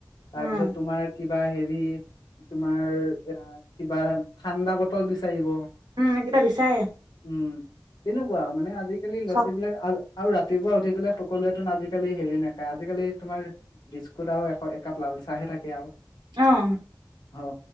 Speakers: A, on the left; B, on the right.
A: তাৰ
B: উম,
A: পিছত তোমাৰ কি কিবা হেৰি তোমাৰ এহ, কিবা ঠাণ্ডা বটল বিচাৰিব।
B: উম, এইকেইটা বিচাৰে।
A: উম। তেনেকুৱা মানে আজিকালি ল
B: চক
A: চ আৰু ৰাতিপুৱা উঠি পেলাই সকলোৱেতোন আজিকালি হেৰি নাখায়, আজিকালি তোমাৰ বিস্কুট আৰু এক-একাপ লাল চাহে থাকে আৰু।
B: অহ।
A: অ হ,